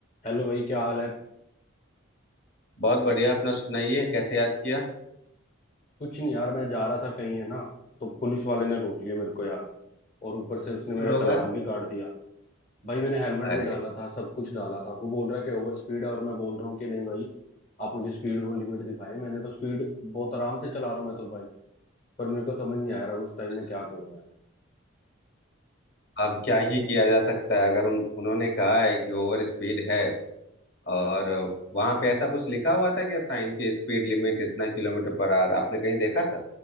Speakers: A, on the left; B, on the left.
A: Hello भाई क्या हाल है
B: बहुत बढ़िया अपना सुनाइए कैसे याद किया
A: कुछ नहीं यार मैं जा रहा था कहीं है ना तो पुलिस वाले ने रोक लिया मेरे को यार और ऊपर से उसने मेरा
B: क्यों रोका
A: चालान भी काट दिया भाई मैंने हेलमेट
B: अरे
A: भी डाला था सब कुछ डाला था वो बोल रहा है कि ओवर स्पीड है और मैं बोल रहा हूँ कि नहीं भाई आप मुझे स्पीड वो लिमिट दिखाएं मैंने तो स्पीड बहुत आराम से चला रहा हूँ मैं तो भाई पर मेरे को समझ नहीं आया रहा उस टाइम
B: अच्छा
A: में क्या करूँ यार
B: अब क्या ही किया जा सकता है अगर उन उन्होंने कहा है कि ओवर स्पीड है और वहां पे ऐसा कुछ लिखा हुआ था क्या साइन की स्पीड लिमिट इतना किलोमीटर पर आवर आपने कहीं देखा था